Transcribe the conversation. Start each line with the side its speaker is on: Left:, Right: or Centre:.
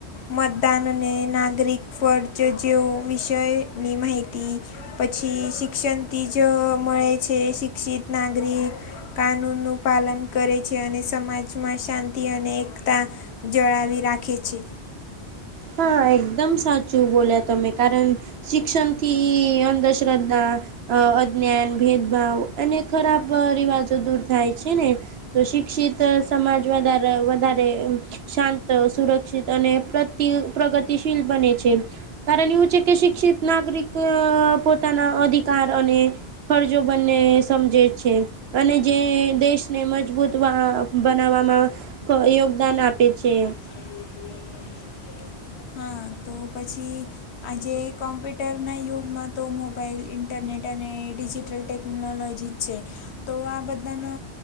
Left: મતદાન અને નાગરિક ફરજ જેવો વિષયની માહિતી પછી શિક્ષણથી જ મળે છે શિક્ષિત નાગરિક કાનૂન નું પાલન કરે છે અને સમાજમાં શાંતિ અને એકતા જળાવી રાખે છે.
Right: હા એકદમ સાચું બોલ્યા તમે કારણ શિક્ષણ થી અંધશ્રદ્ધા અ અજ્ઞાન ભેદભાવ અને ખરાબ રિવાજો દૂર થાય છે ને તો શિક્ષિત સમાજ વધારે વધારે શાંત સુરક્ષિત અને પ્રતિ પ્રગતિશીલ બને છે કારણ એવું છે કે શિક્ષિત નાગરિક પોતાના અધિકાર અને ફરજો બંને સમજે છે. અને જે દેશને મજબૂત બનાવવામાં યોગદાન આપે છે.
Left: <unintelligible> હા તો તો પછી આજે કોમ્પ્યુટરના યુગમાં તો મોબાઈલ ઇન્ટરનેટ અને ડિજિટલ ટેક નોલોજી છે. તો આ બધાનો